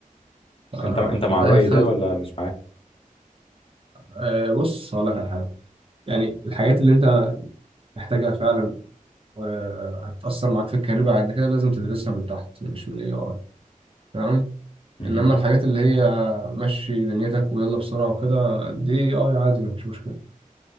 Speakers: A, on the right (about 40°); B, on the left (about 40°).
A: آه،
B: انت انت مع
A: فده
B: الرأي
A: هيخلق
B: ده ولا مش معاه
A: آه، بص هقول لك على حاجه يعني الحاجات اللي انت محتاجها فعلا وهتأثر معاك في الكارير بعد كده لازم تدرسها من تحت مش من الاي اي تمام
B: مهم.
A: انما الحاجات اللي هي مشي دنيتك ويلا بسرعه وكده دي اي اي عادي مفيش مشكله